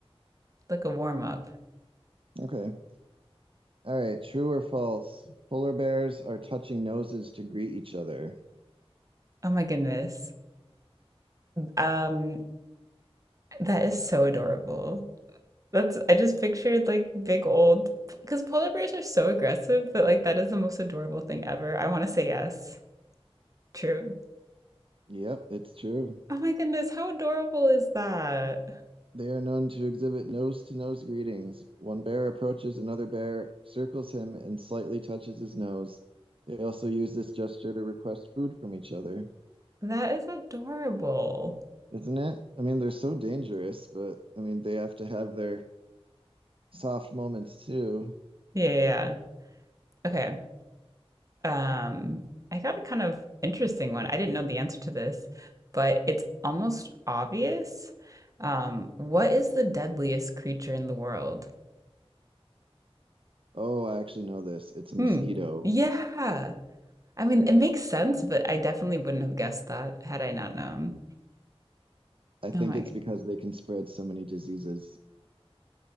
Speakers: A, on the right; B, on the right.
A: like a warm up.
B: Okay. All right, true or false? Polar bears are touching noses to greet each other.
A: Oh my goodness. Um, that is so adorable. That's I just pictured like big old because polar bears are so aggressive, but like that is the most adorable thing ever. I want to say yes. True.
B: Yep, it's true.
A: Oh my goodness, how adorable is that?
B: They are known to exhibit nose to nose greetings. One bear approaches another bear, circles him, and slightly touches his nose. They also use this gesture to request food from each other.
A: That is adorable.
B: Isn't it? I mean, they're so dangerous, but I mean, they have to have their soft moments too.
A: Yeah, yeah. yeah. Okay. Um, I got a kind of interesting one. I didn't know the answer to this, but it's almost obvious. Um, what is the deadliest creature in the world?
B: Oh, I actually know this. It's a mosquito.
A: Hmm. Yeah. I mean, it makes sense, but I definitely wouldn't have guessed that had I not known.
B: I think
A: Oh my
B: it's
A: God.
B: because they can spread so many diseases.